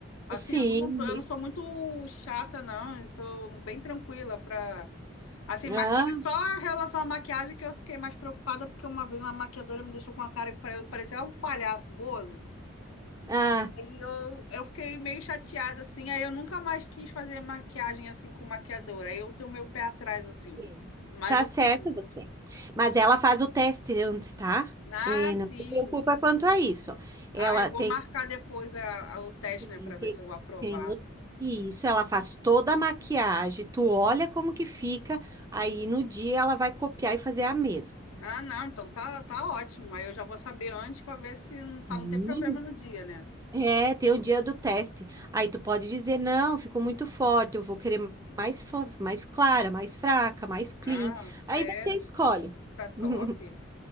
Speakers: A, on the left (about 80°); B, on the right (about 15°).
A: Assim,
B: Sim.
A: eu não sou, eu não sou muito chata, não. Eu sou bem tranquila pra. Assim, maqui...
B: Ah,
A: só em relação à maquiagem que eu fiquei mais preocupada, porque uma vez uma maquiadora me deixou com uma cara que pare- parecia um palhaço, bozo.
B: ah,
A: Aí eu, eu fiquei meio chateada, assim, aí eu nunca mais quis fazer maquiagem, assim, com maquiadora. Aí eu tenho meu pé atrás, assim.
B: sim.
A: Mas,
B: Tá
A: assim,
B: certo você. Mas ela faz o teste antes, tá?
A: ah,
B: É,
A: sim.
B: não se preocupa quanto a isso.
A: Ah,
B: Ela
A: eu vou
B: tem,
A: marcar depois a, a- o teste,
B: tem,
A: né, pra ver
B: tem,
A: se eu vou aprovar.
B: tem o- isso, ela faz toda a maquiagem, tu olha como que fica, aí no dia ela vai copiar e fazer a mesma.
A: Ah, não, então tá, tá ótimo. Aí eu já vou saber antes pra ver se, pra
B: Hum.
A: não ter problema no dia, né?
B: É, tem o dia do teste. Aí tu pode dizer, não, ficou muito forte, eu vou querer mais, fo- mais clara, mais fraca, mais clean.
A: Ah, certo,
B: Aí você escolhe.
A: tá top.
B: <laughs>